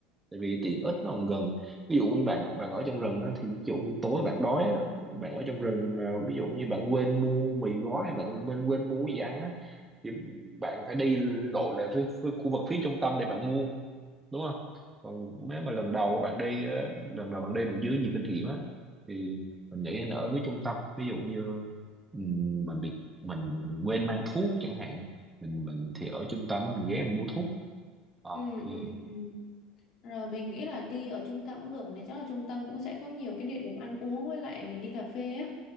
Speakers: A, on the right; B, on the left.
A: tại vì tiện ích nó không gần ví dụ như bạn bạn ở trong rừng á, thì ví dụ như tối bạn đói á, bạn ở trong rừng à, ví dụ như bạn quên mua mì gói hay bạn quên quên mua cái gì ăn á, thì bạn phải đi lội lại phía, phía, khu vực phía trung tâm để bạn mua đúng không còn nếu mà lần đầu bạn đi á, lần đầu bạn đi bằng dưới nhiều kinh nghiệm á thì mình nghĩ nên ở phía trung tâm ví dụ như ừm, mình bị mình, mình quên mang thuốc chẳng hạn mình mình thì ở trung tâm á, mình ghé mình mua thuốc ờ
B: ừ
A: thì
B: ừ ừ Rồi mình nghĩ là đi ở trung tâm cũng được này chắc là trung tâm cũng sẽ có nhiều cái địa điểm ăn uống với lại mình đi cà phê á